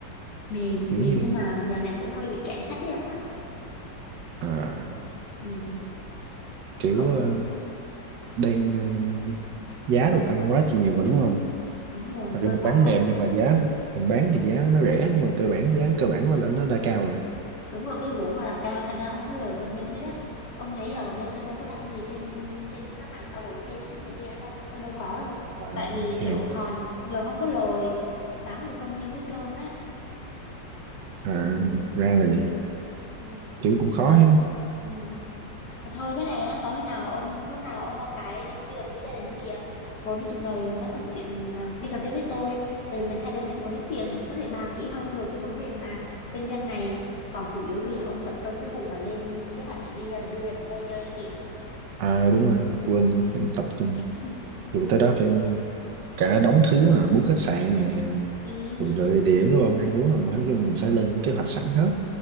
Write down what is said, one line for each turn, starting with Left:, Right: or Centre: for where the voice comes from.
Left: mềm
Right: kiểu
Left: mềm
Right: như
Left: nhưng mà giờ này cũng hơi bị cạn khách đấy ông ạ
Right: à,
Left: ừ,
Right: kiểu
Left: cũng
Right: ờ, đang ờ, giá đồ tăng quá nhiều mà đúng không
Left: đúng rồi
Right: thật ra
Left: hơi
Right: mình bán
Left: khó khăn
Right: mềm nhưng mà giá mình bán thì giá nó rẻ nhưng mà cơ bản giá cơ bản nó là nó đã cao rồi
Left: đúng rồi cái vốn họ đặt ra thành ra không có lời bao nhiêu hết á ông thấy giờ gần đây tôi đâu có đăng gì trên trên các mạng xã hội Facebook này kia đâu tôi đâu có đâu
Right: à,
Left: tại vì kiểu
Right: hàng-
Left: hàng lời không có lời bán không được bao nhiêu hết trơn á
Right: à,
Left: ừ,
Right: ra là
Left: ừ,
Right: vậy
Left: ừ.
Right: kiểu cũng khó
Left: mà
Right: ha
Left: ừ. Mà thôi cái này á có khi nào ông lúc nào ông qua Thái đi du lịch với gia đình kìa vốn nói chuyện rồi nó có chuyện à, đi cà phê với tôi rồi mình hai đứa mình muốn nói chuyện có thể bàn kỹ hơn về cái vấn đề mà kinh doanh này còn chủ yếu bây giờ ông tập trung cái vụ mà lên kế hoạch để đi ra đưa gia đình qua đây chơi ấy kìa
Right: à đúng rồi quên
Left: ừ
Right: phải tập trung
Left: <laughs>
Right: rồi tới đó phải cả đống thứ mà book khách sạn nè
Left: ừ
Right: mình lựa địa điểm đúng không ăn uống rồi nói chung mình phải lên kế hoạch sẵn hết